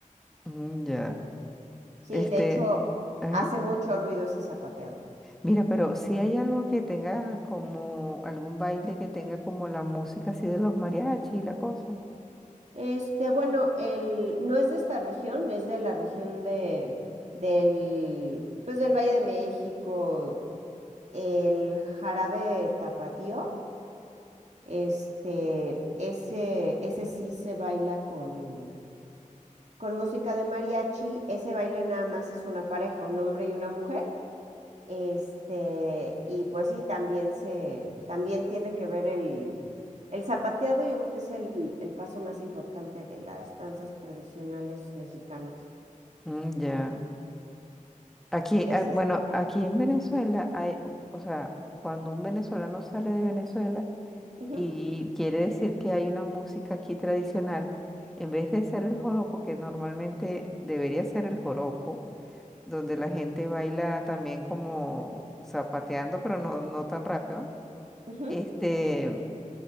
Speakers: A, in the centre; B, on the right.
A: Mm, ya.
B: Sí,
A: Este,
B: de hecho,
A: ajá.
B: hace mucho ruido ese zapateado.
A: Mira, pero si hay algo que tenga como algún baile que tenga como la música así de los mariachi y la cosa.
B: Este, bueno, el, no es de esta región, es de la región de, del, pues del Valle de México, el jarabe tapatío. Este, ese, ese sí se baila con, con música de mariachi. Ese baile nada más es una pareja, un hombre y una mujer. Este, y pues sí, también se, también tiene que ver el, el zapateado, yo creo que es el, el paso más importante de las danzas tradicionales mexicanas.
A: Mm, ya. Aquí,
B: Ese
A: eh, bueno,
B: es,
A: aquí en Venezuela hay, o sea, cuando un venezolano sale de Venezuela
B: ujú,
A: y quiere decir que hay una música aquí tradicional, en vez de ser el joropo, que normalmente debería ser el joropo, donde la gente baila también como zapateando, pero no, no tan rápido,
B: ujú,
A: este,